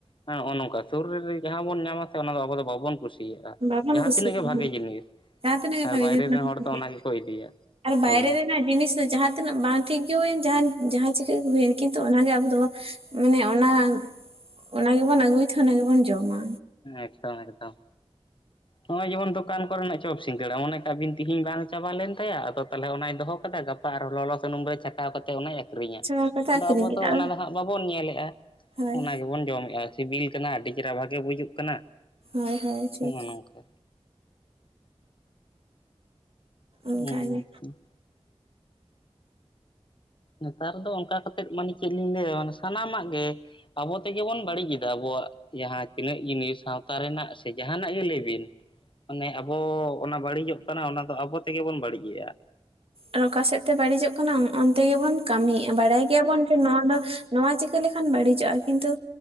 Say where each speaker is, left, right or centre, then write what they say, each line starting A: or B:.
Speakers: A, on the left (about 50°); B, on the right (about 60°).
A: ᱦᱮᱸ ᱦᱚᱸᱜᱼᱚ ᱱᱚᱝᱠᱟ ᱥᱩᱨ ᱨᱮ ᱡᱟᱦᱟᱸ ᱵᱚᱱ ᱧᱟᱢᱟ ᱥᱮ ᱚᱱᱟ ᱫᱚ ᱟᱵᱚ ᱫᱚ ᱵᱟᱵᱚᱱ ᱠᱩᱥᱤᱭᱟᱜᱼᱟ᱾ ᱥᱤᱭᱟᱜ-ᱟ
B: ᱵᱟᱵᱚᱱ
A: ᱡᱟᱦᱟᱸ
B: ᱠᱩᱥᱤᱭᱟᱜᱼᱟ
A: ᱛᱤᱱᱟᱹᱜ ᱜᱮ ᱵᱷᱟᱜᱮ ᱡᱤᱱᱤᱥ,
B: ᱡᱟᱦᱟᱸ ᱛᱤᱱᱟᱹᱜ ᱜᱮ
A: ᱟᱨ
B: ᱵᱷᱟᱜᱮ
A: ᱵᱟᱭᱨᱮ
B: ᱡᱤᱱᱤᱥ
A: ᱨᱮᱱ
B: ᱵᱟᱝ
A: ᱦᱚᱲ
B: ᱠᱩᱥᱤᱭᱟᱜᱼᱟ
A: ᱫᱚ ᱚᱱᱟ ᱜᱮᱠᱚ ᱤᱫᱤᱭᱟ
B: ᱟᱨ ᱵᱟᱭᱨᱮ
A: ᱦᱳᱭ᱾
B: ᱨᱮᱱᱟᱜ ᱡᱤᱱᱤᱥ ᱫᱚ ᱡᱟᱦᱟᱸ ᱛᱤᱱᱟᱹᱜ ᱵᱟᱝ ᱴᱷᱤᱠ ᱜᱮ ᱦᱩᱭᱮᱱ ᱡᱟᱦᱟᱱ ᱡᱟᱦᱟᱸ ᱪᱤᱠᱟᱹ ᱜᱮ ᱦᱩᱭᱮᱱ ᱠᱤᱱᱛᱩ ᱚᱱᱟ ᱜᱮ ᱟᱵᱚ ᱫᱚ ᱢᱟᱱᱮ ᱚᱱᱟ, ᱚᱱᱟ ᱜᱮᱵᱚᱱ ᱟᱹᱜᱩᱭ ᱛᱮ ᱚᱱᱟ ᱜᱮᱵᱚᱱ ᱡᱚᱢᱟ᱾
A: ᱮᱠᱫᱚᱢ ᱮᱠᱫᱚᱢ᱾ ᱦᱚᱸᱜᱼᱚᱭ ᱡᱮᱢᱚᱱ ᱫᱚᱠᱟᱱ ᱠᱚᱨᱮᱱᱟᱜ ᱪᱚᱯ ᱥᱤᱜᱟᱹᱲᱟ ᱢᱚᱱᱮ ᱠᱟᱜ ᱵᱤᱱ ᱛᱤᱦᱤᱧ ᱵᱟᱝ ᱪᱟᱵᱟ ᱞᱮᱱ ᱛᱟᱭᱟ ᱟᱫᱚ ᱛᱟᱞᱦᱮ ᱚᱱᱟᱭ ᱫᱚᱦᱚ ᱠᱟᱫᱟ ᱜᱟᱯ ᱯᱟ ᱟᱨᱚ ᱞᱚᱞᱚ ᱥᱩᱱᱩᱢ ᱨᱮ ᱪᱷᱟᱠᱟᱣ ᱠᱟᱛᱮ ᱚᱱᱟᱭ ᱟᱹᱠᱷᱨᱤᱧᱟ,
B: ᱪᱷᱟᱲᱟ ᱠᱟᱛᱮ
A: ᱟᱫᱚ
B: ᱟᱹᱠᱷᱨᱤᱧ
A: ᱟᱵᱚ
B: ᱠᱮᱫᱟ
A: ᱫᱚ ᱚᱱᱟ ᱫᱚ ᱦᱟᱸᱜ ᱵᱟᱵᱚᱱ ᱧᱮᱞᱮᱫ-ᱟ,
B: ᱦᱳᱭ
A: ᱚᱱᱟ ᱜᱮᱵᱚᱱ ᱡᱚᱢᱮᱫ-ᱟ᱾ ᱥᱤᱵᱤᱞ ᱠᱟᱱᱟ ᱟᱹᱰᱤ ᱪᱮᱨᱦᱟ ᱵᱷᱟᱜᱮ ᱵᱩᱡᱩᱜ ᱠᱟᱱᱟ᱾
B: ᱦᱳᱭ ᱦᱳᱭ ᱴᱷᱤᱠ᱾
A: ᱱᱚᱜᱼᱚ ᱱᱚᱝᱠᱟ
B: ᱚᱱᱠᱟᱜᱮ
A: ᱦᱮᱸ ᱛᱚ᱾ ᱱᱮᱛᱟᱨ ᱫᱚ ᱚᱱᱠᱟ ᱠᱟᱛᱮᱫ ᱢᱟᱱᱮ ᱪᱮᱫ ᱞᱤᱧ ᱞᱟᱹᱭᱟ ᱢᱟᱱᱮ ᱥᱟᱱᱟᱢᱟᱜ ᱜᱮ ᱟᱵᱚ ᱛᱮᱜᱮ ᱵᱚᱱ ᱵᱟᱹᱲᱤᱡ ᱮᱫᱟ ᱟᱵᱚᱣᱟᱜ ᱡᱟᱦᱟᱸ ᱛᱤᱱᱟᱹᱜ ᱡᱤᱱᱤᱥ ᱥᱟᱶᱛᱟ ᱨᱮᱱᱟᱜ ᱥᱮ ᱡᱟᱦᱟᱱᱟᱜ ᱜᱮ ᱞᱟᱹᱭ ᱵᱤᱱ᱾ ᱢᱟᱱᱮ ᱟᱵᱚ ᱚᱱᱟ ᱵᱟᱹᱲᱤᱡᱚᱜ ᱠᱟᱱᱟ ᱚᱱᱟ ᱫᱚ ᱟᱵᱚ ᱛᱮᱜᱮ ᱵᱚᱱ ᱵᱟᱹᱲᱤᱡᱮᱫ-ᱟ᱾
B: ᱟᱨ ᱚᱠᱟ ᱥᱮᱫ ᱛᱮ ᱵᱟᱹᱲᱤᱡᱚᱜ ᱠᱟᱱᱟ ᱚᱱᱛᱮ ᱜᱮᱵᱚᱱ ᱠᱟᱹᱢᱤᱭᱮᱫ-ᱟ, ᱵᱟᱲᱟᱭ ᱜᱮᱭᱟ ᱵᱚᱱ ᱡᱮ ᱱᱚᱣᱟ ᱫᱚ ᱱᱚᱣᱟ ᱪᱤᱠᱟᱹ ᱞᱮᱠᱷᱟᱱ ᱵᱟᱹᱲᱤᱡᱚᱜ-ᱟ ᱠᱤᱱᱛᱩ,